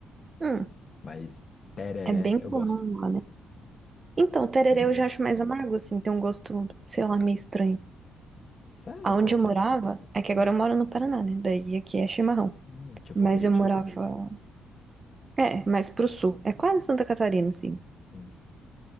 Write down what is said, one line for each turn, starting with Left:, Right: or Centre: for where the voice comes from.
Right: Hum.
Left: Mas tereré,
Right: É bem
Left: eu
Right: comum,
Left: gosto.
Right: olha. Então,
Left: Pô,
Right: o tererê
Left: Tereré.
Right: eu já acho mais amargo, assim, tem um gosto, sei lá, meio estranho.
Left: Sério,
Right: Aonde
Left: porque.
Right: eu morava, é que
Left: Hum,
Right: agora eu moro no Paraná, né? Daí aqui é chimarrão.
Left: hum, tipo
Right: Mas
Left: Curitiba,
Right: eu morava,
Left: assim.
Right: é, mais pro sul. É quase Santa Catarina, assim.
Left: Hum.